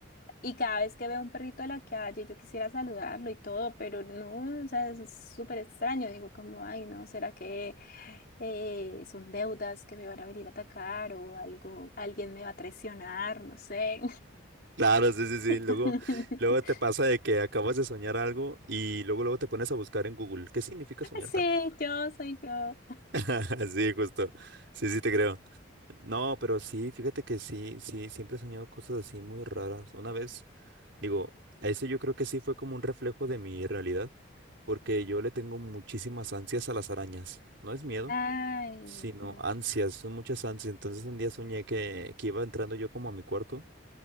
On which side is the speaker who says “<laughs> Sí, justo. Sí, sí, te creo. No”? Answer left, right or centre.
Right